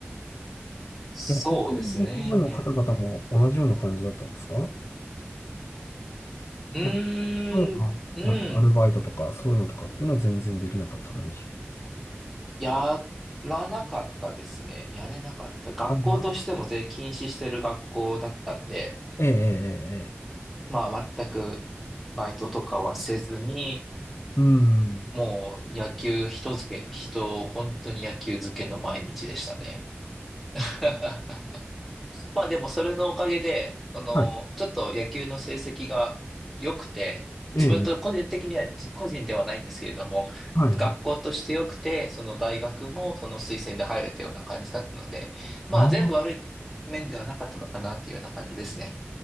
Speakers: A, in the centre; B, on the left.
A: そうですね。
B: いや、他に野球部の方々も同じような感じだったんですか
A: うーん、
B: まあ、例えば、
A: うん。
B: なんかアルバイトとか、そういうのとかっていうのは全然できなかった感じ。
A: やらなかったですね。やれなかった。学校としても全禁止してる学校だったんで、
B: ああ、ええ、ええ、ええ。
A: まあ全くバイトとかはせずに、
B: うん。
A: もう野球人付け、人、本当に野球漬けの毎日でしたね。<laughs> まあでもそれのおかげで、その、
B: はい。
A: ちょっと野球の成績が良くて、
B: ええ、
A: 自分と個人的には、じ個人ではないんですけれども、
B: はい、
A: 学校として良くて、
B: はい。
A: その大学もその推薦で入れたような感じだったので、まあ全部悪い面ではなかったのかなというような感じですね。
B: あ